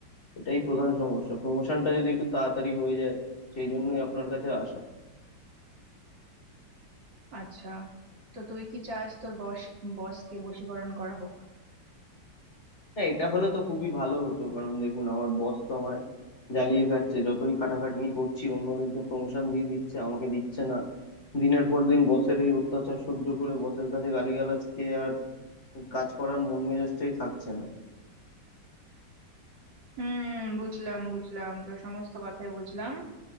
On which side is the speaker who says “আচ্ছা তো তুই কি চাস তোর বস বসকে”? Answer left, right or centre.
Right